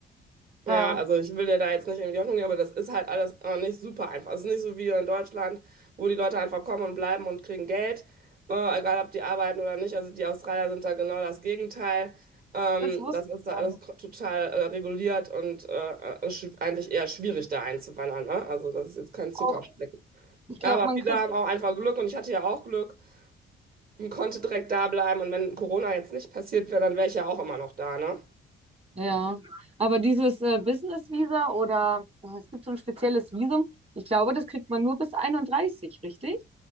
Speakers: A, on the right (about 30°); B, on the right (about 45°).
A: Ja,
B: Ja, also ich will dir da jetzt nicht irgendwie die Hoffnung nehmen, aber das ist halt alles äh, nicht super einfach. Es ist nicht so wie hier in Deutschland, wo die Leute einfach kommen und bleiben und kriegen Geld, äh, egal ob die arbeiten oder nicht. Also die Australier sind da genau das Gegenteil. Ähm,
A: das wusste
B: das
A: ich
B: ist da
A: schon.
B: alles ko- total äh, reguliert und äh, äh, sch- eigentlich eher schwierig, da einzuwandern, ne? Also das ist jetzt kein Zuckerschlecken.
A: Auch, ich glaube,
B: Ja, Aber
A: man
B: viele
A: kriegt
B: haben auch einfach Glück und ich hatte ja auch Glück und konnte direkt da bleiben. Und wenn Corona jetzt nicht passiert wäre, dann wäre ich ja auch immer noch da, ne?
A: Ja, aber dieses äh, Business Visa oder äh, es gibt so ein spezielles Visum, ich glaube, das kriegt man nur bis einunddreißig richtig?